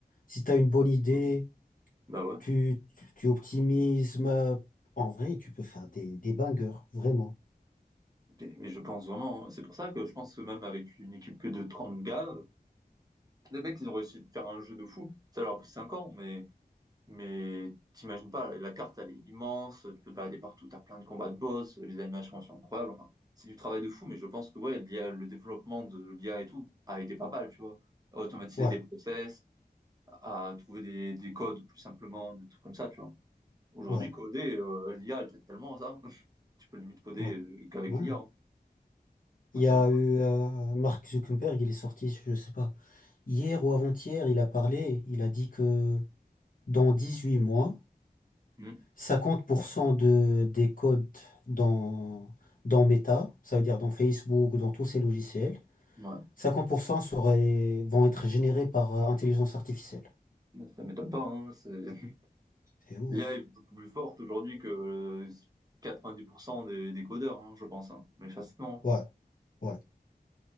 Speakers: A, on the left; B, on the right.
A: Si tu as une bonne idée,
B: c'est bon. Bah ouais.
A: tu, tu, tu optimises, euh, en vrai, tu peux faire des, des bangers, vraiment.
B: Mais mais je pense vraiment, hein, c'est pour ça que je pense que même avec une équipe que de 30 gars, euh, les mecs, ils ont réussi de faire un jeu de fou. Ça leur a pris 5 ans, mais Mais t'imagines pas, la carte, elle est immense, tu peux te balader partout, t'as plein de combats de boss, les animations sont incroyables. Enfin, c'est du travail de fou, mais je pense que ouais, l'IA, le développement de l'IA et tout a aidé pas mal, tu vois. À automatiser
A: Ouais,
B: des process, à trouver des, des codes plus simplement, des trucs comme ça, tu vois. Aujourd'hui,
A: ouais,
B: coder, euh, l'IA, elle t'aide tellement à ça. <laughs> Tu peux limite coder
A: ouais,
B: euh, qu'avec
A: ouais.
B: l'IA. hein.
A: Il
B: Ouais,
A: y
B: ça,
A: a eu euh, Mark Zuckerberg, il est sorti, je sais pas, hier ou avant-hier, il a parlé, il a dit que dans 18 mois,
B: hmm.
A: 50% de, des codes dans, dans Meta, ça veut dire dans Facebook, dans tous ces logiciels,
B: Ouais,
A: 50% seraient, vont être générés par euh, intelligence artificielle.
B: ça m'étonne pas, hein. c'est- <laughs>
A: C'est ouf.
B: L'IA est beaucoup plus forte aujourd'hui que euh, 90% des, des codeurs, hein, je pense. hein. Mais facilement.
A: Ouais,
B: hein.
A: ouais.